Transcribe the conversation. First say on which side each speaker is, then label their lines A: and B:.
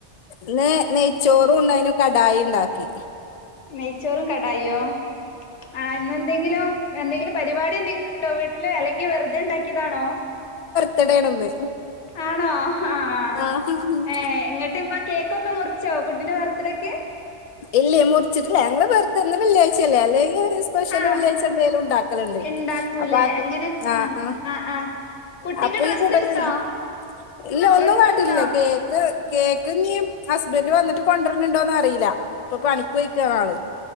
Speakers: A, on the left; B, on the left.
A: ഇന്ന് നെയ്ച്ചോറും ഉണ്ടായ്‌നും കടായിണ്ടാക്കി.
B: നെയ്ച്ചോറും കടായൊ ആ ഇന്നെന്തെങ്കിലും എന്തെങ്കിലും പരിപാടി എന്തെങ്കിലും ഉണ്ടോ? വീട്ടില് അല്ലെങ്കിൽ വെർതെണ്ടാക്കിയതാണോ?
A: തടയണന്ന്
B: ആണോ ഹാ ആ
A: ആ
B: ഏ ഏങ്ങ ന്നട്ടപ്പോ കേക്കൊക്കെ മുറിച്ചോ കുട്ടിന്റെ ബർത്ത്ഡേക്ക്?
A: ഇല്ല മുറിച്ചിട്ടില്ല ഞങ്ങള് വെറ്തെന്ന് വെള്ളാഴ്ചല്ലെ അല്ലേ ലേലും സ്പെഷ്യല്
B: ആഹ്
A: വെള്ളിയാഴ്ചന്തേലും ണ്ടാക്കൽണ്ട്
B: ഇണ്ടാക്കൂലേ
A: അപ്പൊ ആകു
B: എങ്ങനെ
A: ആ
B: ആഹ്
A: ആ
B: ആഹ് ആഹ് കുട്ടിക്ക്
A: അപ്പൊ
B: ഡ്രസ്സ്
A: ഈ കൂട്ട <unintelligible>
B: എടുത്തോ
A: ഇല്ല ഒന്നും
B: ഡ്രസ്സ്
A: കാട്ടില്ല
B: എടുത്തോ
A: കേക്ക് കേക്ക്‌ <unintelligible> ഹസ്ബൻഡ് വന്നിട്ട് കൊണ്ടൊര്ണണ്ടോന്ന് അറീല ഇപ്പൊ പണിക്കൊയ്ക്കാ ആള്.